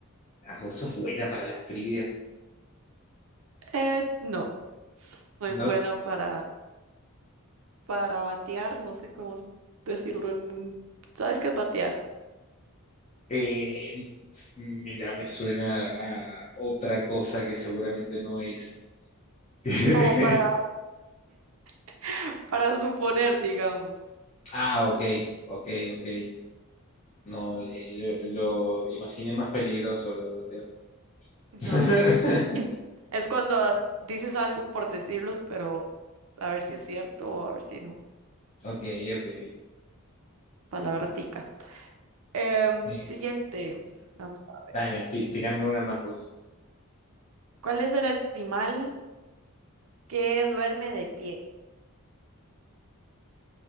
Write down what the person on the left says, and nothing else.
Ah, vos sos buena para las trivias.
No,
eh, mira, me suena a otra cosa que seguramente no es. <laughs>
Ah, ok, ok, ok. No, eh, lo, lo imaginé más peligroso lo de batear.
<laughs>
Ok, ok.
Eh,
dale, ti- tirame una más vos.